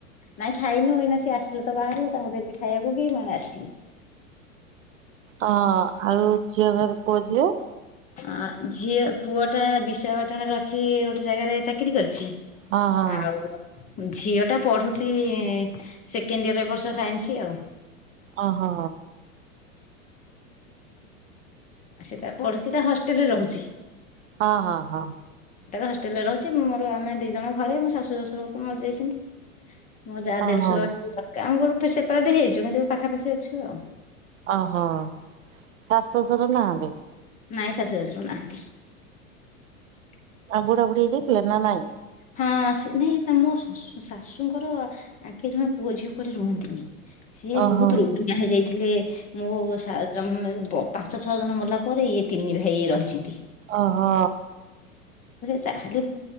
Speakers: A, on the left; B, on the right.
A: ନାଇଁ ଖାଇନୁ ଏଇନା ସିଏ ଆସି <unintelligible> ବାହାରିବ ତାଙ୍କୁ ଦେଲି ଖାଇବାକୁ କି ମୁଁ ଆସିଲି।
B: ହଁ ଆଉ ଝିଅ ଘର ପୁଅ ଝିଅ।
A: ଆ ଝିଅ ପୁଅଟା ବିଶଖାପାଟଣାରେ ଅଛି ଗୋଟେ ଜାଗାରେ ଚାକିରି କରିଛି।
B: ହଁ ହଁ
A: ଆଉ। ଝିଅ ଟା ପଢୁଛି ସେକେଣ୍ଡ ଇୟର ଏ ବର୍ଷ ସାଇନ୍ସ ଆଉ।
B: ଓହୋ
A: ଆ ସେ ତାର ପଢୁଛି ତା ହଷ୍ଟେଲରେ ରହୁଛି।
B: ହଁ ହଁ ହଁ।
A: ହଷ୍ଟେଲରେ ରହୁଛି ମୋର ଆମେ ଦିଇ ଜଣ ଘରେ ମୋ ଶାଶୁ ଶାଶୁର ତ ମରିଯାଇଛନ୍ତି। ମୋ ଯା
B: ଓହୋ
A: ଦେଢଶୁର ଅଛନ୍ତି <unintelligible> ଆମ କୋଠୁ ସେପାରେଟ ହେଇଯାଇଛୁ କିନ୍ତୁ ପାଖାପାଖି ଅଛୁ ଆଉ।
B: ଓ ହୋ ଶାଶୁ ଶଶୁର ନାହାଁନ୍ତି।
A: ନାଇଁ ଶାଶୁ ଶଶୁର ନାହାନ୍ତି।
B: ବୁଢ଼ା ବୁଢ଼ୀ ହେଇଯାଇଥିଲେ ନା ନାଇଁ।
A: ହଁ ସେ ନାଇଁ ତା ମୋ ଶ ଶାଶୁଙ୍କର ଆଗେ ଜମା ପୁଅ ଝିଅ କୁଆଡେ ରୁହନ୍ତିନି। ସିଏ
B: ଓହୋ
A: ବହୁତ ରୋଗିଣା ହେଇଯାଇଥିଲେ। ମୁଁ <unintelligible> ପାଞ୍ଚ ଛଅ ଜଣ ମଲା ପରେ ଇଏ ତିନି ଭାଇ ରହିଛନ୍ତି। <unintelligible>
B: ଓହୋ
A: ସେ ଆଗ